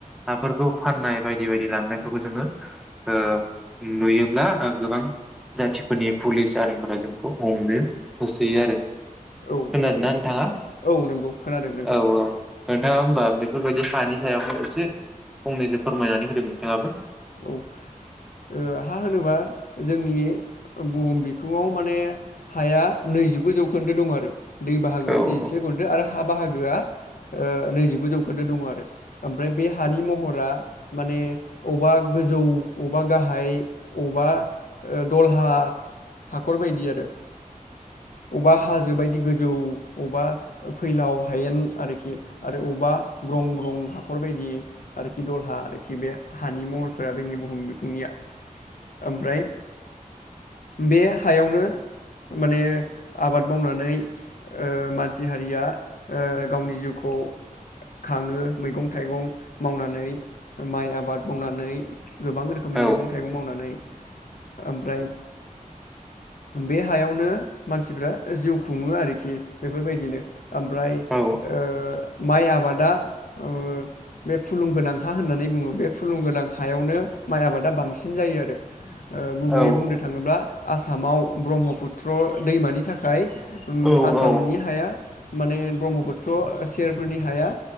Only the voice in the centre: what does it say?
हाफोरखौ फाननाय बायदि बायदि लांनायफोरखौ जोङो ओ नुयोब्ला ओ गोबां जाथिफोरनि पुलिस आर्मिफोरा जोंखौ हमनो होसोयो आरो
खानादों
ना
नोंथाङा
औ-औ नोंथां नोथाङा होमबा बेफोरबायदि हानि सायावनो एसे फंनैसो फोरमायनानै होदो नोंथाङाबो
औ औ
औ
औ
औ
औ
औ
औ